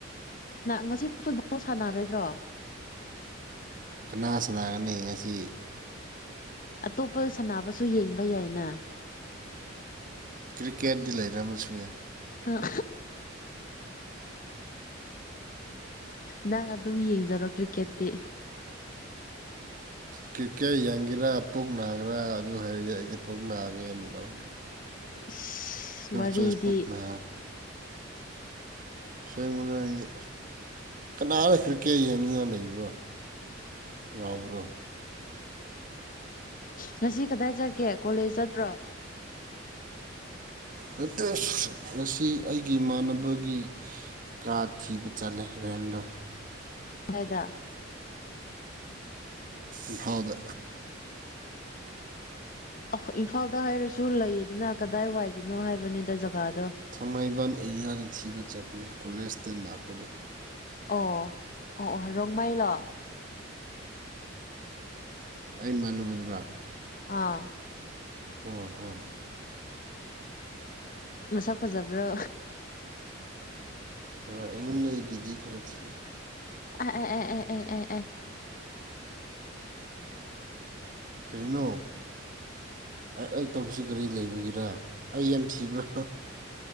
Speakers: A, on the left; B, on the right.
A: ꯉꯁꯤ ꯐꯨꯠꯕꯣꯜ ꯁꯥꯟꯅꯔꯣꯏꯗ꯭ꯔꯣ
B: ꯀꯅꯥ ꯁꯅꯥꯒꯅꯤ ꯉꯁꯤ
A: ꯑꯇꯣꯞꯄ ꯁꯥꯟꯅꯕꯁꯨ ꯌꯦꯡꯕ ꯌꯥꯏꯅ
B: ꯀ꯭ꯔꯤꯀꯦꯠꯇꯤ ꯂꯩꯔꯝꯃꯁꯨ ꯌꯥꯏ
A: ꯑ ꯅꯪ ꯑꯗꯨꯝ ꯌꯦꯡꯖꯔꯣ ꯀ꯭ꯔꯤꯛꯀꯦꯠꯇꯤ
B: ꯀ꯭ꯔꯤꯀꯦꯠ ꯌꯦꯡꯒꯦꯔꯥ ꯄꯨꯛ ꯅꯥꯒꯦꯔꯥ ꯑꯗꯨ ꯍꯥꯏꯔꯗꯤ ꯑꯩꯗꯤ ꯄꯨꯛ ꯅꯥꯒꯦꯅ ꯂꯧꯅꯤ
A: ꯏꯁ ꯋꯥꯔꯤꯗꯤ
B: ꯆꯣꯏꯁ ꯄꯨꯛ ꯅꯥꯕ ꯁꯦꯡꯕꯅ ꯍꯥꯏꯗꯤ ꯀꯅꯥꯅ ꯀ꯭ꯔꯤꯛꯀꯦꯠ ꯌꯦꯡꯅꯤꯡꯉ ꯂꯩꯕ꯭ꯔꯣ ꯂꯥꯎꯕ꯭ꯔꯣ
A: ꯉꯁꯤ ꯀꯗꯥꯏ ꯆꯠꯀꯦ ꯀꯣꯂꯦꯖ ꯆꯠꯇꯄ꯭ꯔꯣ
B: ꯅꯠꯇꯦ ꯉꯁꯤ ꯑꯩꯒꯤ ꯏꯃꯥꯟꯅꯕꯒꯤ ꯀꯥ ꯊꯤꯕ ꯆꯠꯂꯦ ꯔꯦꯟꯗꯣ
A: ꯐꯗ
B: ꯝꯐꯥꯎꯗ
A: ꯑ ꯏꯝꯐꯥꯜꯗ ꯍꯥꯏꯔꯁꯨ ꯂꯩꯌꯦꯗꯅ ꯀꯗꯥꯏ ꯋꯥꯏꯗꯅꯣ ꯍꯥꯏꯕꯅꯤꯗ ꯖꯒꯥꯗꯣ
B: ꯊꯥꯡꯃꯥꯏꯕꯥꯟ ꯑꯦꯔꯤꯌꯥꯗ ꯊꯤꯕ ꯆꯠꯄꯅꯦ ꯀꯣꯂꯦꯖꯇ ꯂꯥꯛꯄꯗ
A: ꯑꯣ ꯑꯣ ꯑꯣ ꯔꯣꯡꯃꯥꯏꯂꯣ
B: ꯑꯩ ꯃꯥꯟꯅꯕꯗꯨꯔꯥ
A: ꯑꯥ
B: ꯍꯣꯏ ꯍꯣꯏ
A: ꯃꯁꯛ ꯐꯖꯕ꯭ꯔꯥ
B: ꯑꯩꯉꯣꯟꯗ ꯑꯩ ꯀꯦ ꯖꯤ ꯈꯔ ꯊꯤ
A: ꯑ ꯑꯦ ꯑꯦ ꯑꯦ ꯑꯦ ꯑꯦ
B: ꯀꯅꯣ ꯑꯩ ꯇꯧꯕꯁꯨ ꯀꯔꯤ ꯂꯩꯕꯒꯤꯔ ꯑꯩ ꯌꯥꯝ ꯊꯤꯕ꯭ꯔꯥ